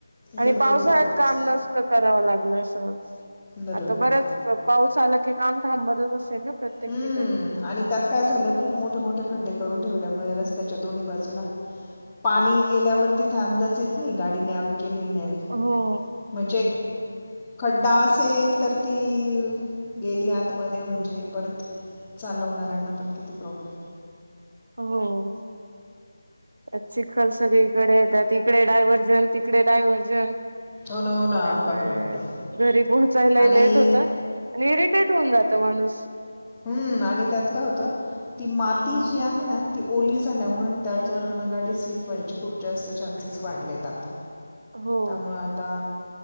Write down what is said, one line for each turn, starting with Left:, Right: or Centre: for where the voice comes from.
Right: आणि
Left: गडबड
Right: पावसाळ्यात
Left: होते
Right: काम नस. कराव लागल अस
Left: बरोबर
Right: आता बर्याच
Left: आहे
Right: पाऊस आला की काम थांबतच असे ना. प्रत्येक
Left: हम्म
Right: ठिकाणी.
Left: आणि त्यात काय झालं खूप मोठे मोठे खड्डे करून ठेवल्यामुळे रस्त्याच्या दोन्ही बाजूला पाणी गेल्यावर तिथे अंदाज येत नाही गाडी न्यावी की नाही न्यावी
Right: हो.
Left: म्हणजे खड्डा असेल तर ती गेली आत मध्ये म्हणजे परत चालवणाऱ्यांना पण किती प्रॉब्लेम
Right: हो त्यात चिखल सगळीकडे येतात. तिककडे डायव्हर्जन तिकडे डायव्हर्जन
Left: हो ना हो ना
Right: त्यामुळे
Left: बापरे बापरे
Right: घरी पोहोचायलाही
Left: आणि
Right: लेट होत. आणि इरिटेट होऊन जात माणूस
Left: हम् आणि त्यात काय होत ती माती जी आहे ना ती ओली झाल्यामुळे त्याच्या गाडी स्लीप व्हायची खूप जास्त चान्सेस वाढलेत आ
Right: हो
Left: त्यामुळे आता